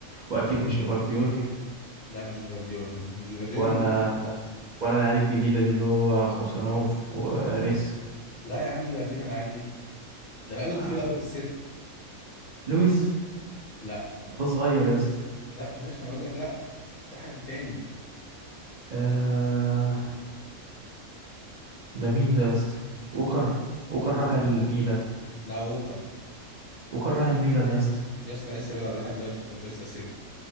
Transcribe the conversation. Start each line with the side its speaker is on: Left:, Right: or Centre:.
Right: واكيد مش جفارديول
Left: لا مش جفارديول جفارديول
Right: ولا
Left: انجليزي
Right: ولا العيال الجديده دي اللي هو خوسانوف وريس
Left: لا يا عم اللي ودينا العيال دي ده بقاله
Right: آه.
Left: كتير قوي في السيتي
Right: لويس
Left: لا
Right: ده صغير يا اسطى
Left: لا يا باشا انا بقول لك لا في حد تاني
Right: آه. ده مين ده يا اسطى ووكر ووكر
Left: ووكر
Right: راح الميلان
Left: لا ووكر
Right: ووكر راح الميلان يا اسطى
Left: يا اسطى لسه بيلعب لحد دلوقتي في مانشستر سيتي